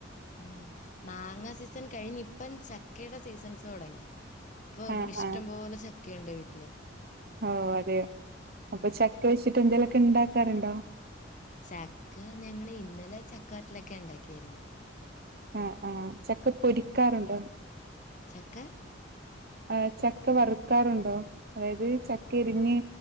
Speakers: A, on the left (about 40°); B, on the right (about 50°).
A: ഉം മാങ്ങ സീസൺ കഴിഞ്ഞ് ഇപ്പം ചക്കേടെ സീസൺസ് തൊടങ്ങി ഇപ്പൊ
B: ആ
A: വിടെ ഇഷ്ടംപോലെ
B: ആ
A: ചക്കേണ്ട് വീട്ടില്
B: ഓ അതെ
A: ഉം.
B: അപ്പൊ ചക്ക വെച്ചിട്ട് എന്തേലൊക്കെ ണ്ടാക്കാറുണ്ടോ?
A: ചക്ക ഞങ്ങള് ഇന്നലെ ചക്കാട്ടിലൊക്കെ ണ്ടാക്കിയാരുന്നു
B: ആ ആ ചക്ക പൊരിക്കാറുണ്ടോ?
A: ഉം. ചക്ക
B: ആ ചക്ക വറുക്കാറുണ്ടോ അതായത് ചക്ക ഇരിഞ്ഞ്